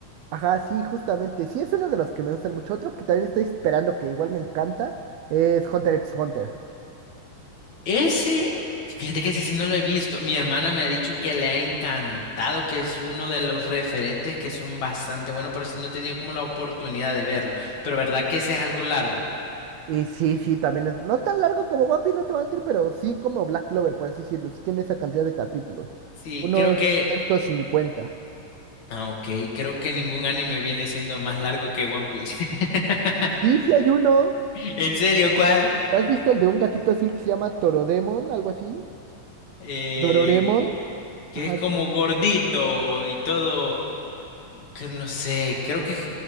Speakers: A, on the right; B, on the left.
A: Ajá, sí, justamente. Sí, es uno de los que me gustan mucho. Otro que también estoy esperando, que igual me encanta, es Hunter x Hunter.
B: Ese, fíjate que ese sí no lo he visto. Mi hermana me ha dicho que le ha encantado, que es uno de los referentes que son bastante buenos, pero sí no he tenido como la oportunidad de verlo. Pero verdad que ese es algo largo.
A: Y sí, sí, también es no tan largo como One Piece, no te voy a mentir, pero sí como Black Clover, por así decirlo. Sí tiene esa cantidad de capítulos.
B: Sí,
A: Unos
B: creo que...
A: 150.
B: Ah, ok, creo que ningún anime viene siendo más largo que One Piece. <laughs>
A: Sí, sí hay uno.
B: ¿En serio, cuál?
A: ¿Has visto el de un gatito azul que se llama Torodemon, algo así?
B: Eh,
A: Dororemon.
B: que
A: Ajá.
B: es como gordito y todo, que no sé, creo que es